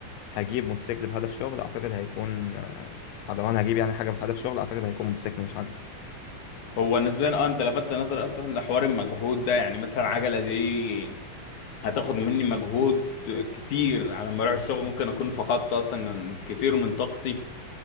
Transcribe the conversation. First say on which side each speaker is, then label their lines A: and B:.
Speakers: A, on the left; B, on the left.
A: هجيب موتوسيكل بهدف شغل اعتقد هيكون أه، لو انا هجيب يعني حاجه بهدف شغل اعتقد هيكون موتوسيكل مش عجل
B: هو نسبيا اه انت لفتت نظري اصلا لحوار المجهود ده يعني مثلا عجلة دي هتاخد مني مجهود كتير على ما اروح الشغل ممكن اكون فقدت اصلا كتير من طاقتي